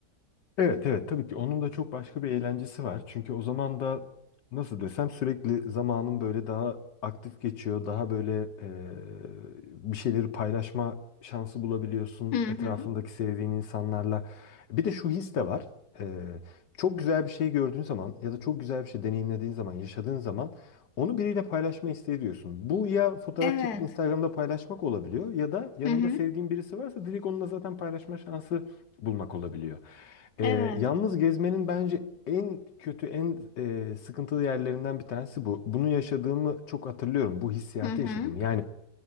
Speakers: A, on the left (about 80°); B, on the left (about 65°).
A: Evet evet tabii ki onun da çok başka bir eğlencesi var. Çünkü o zaman da nasıl desem sürekli zamanın böyle daha aktif geçiyor. Daha böyle e, bir şeyleri paylaşma şansı bulabiliyorsun
B: Hı hı.
A: etrafındaki sevdiğin insanlarla. Bir de şu his de var. E, çok güzel bir şey gördüğün zaman ya da çok güzel bir şey deneyimlediğin zaman, yaşadığın zaman onu biriyle paylaşma isteği diyorsun. Bu ya fotoğraf
B: Evet.
A: çekip Instagram'da paylaşmak olabiliyor ya da yanında
B: Hı hı.
A: sevdiğin birisi varsa direkt onunla zaten paylaşma şansı bulmak olabiliyor. Ee,
B: Evet.
A: yalnız gezmenin bence en kötü, en e, sıkıntılı yerlerinden bir tanesi bu. Bunu yaşadığımı çok hatırlıyorum. Bu hissiyatı
B: Hı hı.
A: yaşadım. Yani